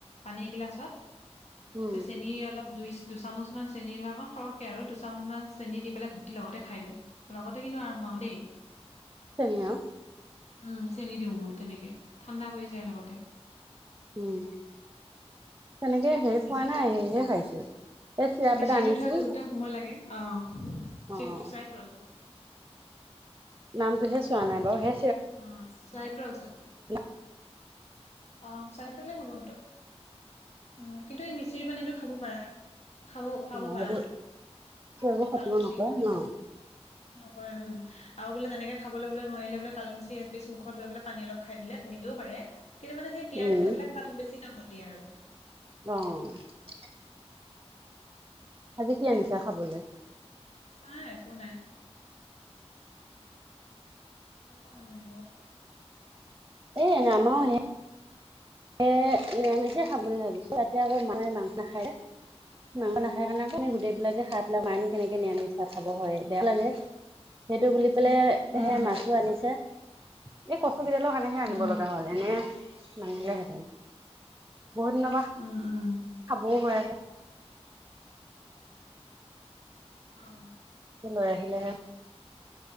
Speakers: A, on the left; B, on the right.
A: পানীগিলাক পাছত
B: উম
A: চেনি অলপ দুই দুচামুচ মান চেনি ধৰা সৰহকে আৰু দুচামুচমান চেনি দি পেলাই ঘুটি লগতে খাই দিওঁ, লগতে কিন্তু আৰাম পাওঁ দেই।
B: চেনি আও।
A: উম, চেনি দিও মই তেনেকে ঠাণ্ডা পৰি যায় লগতে।
B: উম, তেনেকে শেষ
A: মিচিৰিটোত
B: হোৱা নাই সেহে খাইছিল এই চিৰাপ
A: মিচিৰিটো
B: এটা আনিছিলোঁ
A: ধৰা গলোতে সময় লাগে অ
B: অ',
A: চিটটো চাইড ৰলটো
B: নামটোহে চোৱা নাই বাৰু হে
A: অ চাইড ৰল চাগে
B: <unintelligible>
A: অ', চাই থলে হব এইটো আ, কিন্তু এই মিচিৰি পানীটো খাব পাৰা। খাব খুৱাব
B: অ
A: পাৰাতো।
B: সেইটো একো খতিও
A: তালমিচৰিটো
B: নকৰে ন
A: নকৰে উম, আৰু বোলে তেনেকে খাবল'বলৈ নোৱাৰিলে বোলে তালমিচৰি এ পিচ মুখত লৈ পেল পানী অলপ খাই দিলে তেনেকেও পাৰে। কিন্তু মানে সেই তিয়াই
B: উম
A: থৈ পিলাই খোৱাতোক বেছি কাম দিয়ে আৰু।
B: অ', আজি কি আনিছা খাবলৈ?
A: নাই একো নাই। ক নাই ব।
B: এ এনে আমাৰো সে এ নিৰামিষে খাম বুলি ভাবিছো ইতে আকৌ মে মাংস নাখায় মাংস নাখ সেইকাৰণে আকৌ আমি
A: উম
B: গোটেইবিলাকে খাই পেলাই মায়েনো কেনেকেনো নিৰামিষ ভাত খাব হয় বেয়াও লাগে। সেইটো বুলি পেলাই
A: উম উম
B: সে মাছো আনিছে এই কচ চকডালৰ কাৰনেহে আনিব
A: অ
B: লগা হ'ল এনে নানিলে হেতেন। বহুত দিনৰ পৰা
A: উম উম
B: খাবও হৈ আছে।
A: অ',
B: লৈ আহিলেহে।